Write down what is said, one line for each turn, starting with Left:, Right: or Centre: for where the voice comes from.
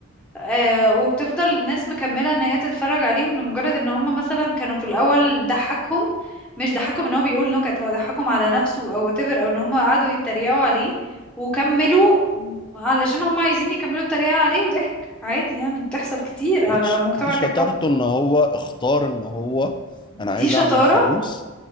Centre: آه، وبتفضل الناس مكملة ان هي تتفرج عليهم لمجرد ان هم مثلا كانوا في الاول ضحكهم مش ضحكهم ان هو بيقول نكت هو ضحكهم على نفسه او whatever او ان هم قعدوا يتريقوا عليه وكملوا علشان هم عايزين يكملوا تريقة عليه وضحك عادي يعني بتحصل كتير
Left: ماشي
Centre: على مجتمع
Left: دي شطارته
Centre: تيك توك
Left: ان هو اختار ان هو انا عايز
Centre: دي شطارة
Left: اعمل فلوس